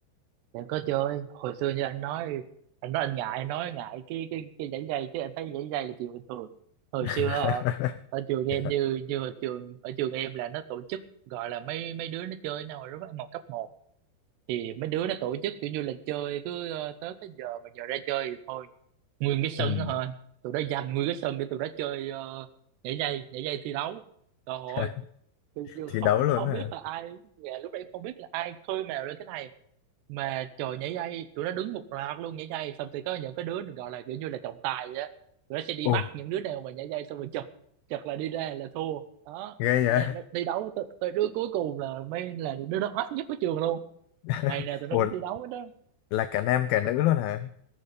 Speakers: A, on the right; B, on the left.
A: em có chơi hồi xưa như anh nói anh nói anh ngại anh nói ngại cái cái cái dãy dây chứ anh thấy dãy dây là chuyện bình thường hồi
B: <laughs>
A: xưa ở, ở trường em
B: Dạ.
A: như như ở trường ở trường em là nó tổ chức gọi là mấy mấy đứa nó chơi với nhau rồi đó, mà cấp một thì mấy đứa nó tổ chức kiểu như là chơi cứ ờ, tới cái giờ mà giờ ra chơi thì thôi nguyên cái sân
B: ừ.
A: đó thôi tụi nó dành nguyên cái sân để tụi nó chơi ờ, nhảy dây nhảy dây thi đấu trời ơi
B: <laughs>
A: tôi chưa
B: thi
A: không
B: đấu luôn
A: không
B: hả
A: biết là ai dạ, lúc đấy không biết là ai khơi mào lên cái này mà trời nhảy dây tụi nó đứng một loạt luôn nhảy dây xong thì có những cái đứa được gọi là kiểu như là trọng tài vậy á tụi nó sẽ đi
B: ồ
A: bắt những đứa nào mà nhảy dây xong rồi chụp chụp là đi ra là thua đó
B: ghê
A: là
B: vậy
A: nó thi đấu tới, tới đứa cuối cùng là mới là đứa đó hot nhất của trường luôn
B: <laughs>
A: ngày nào tụi nó
B: ồ
A: cũng thi đấu hết đó
B: là cả nam cả nữ luôn hả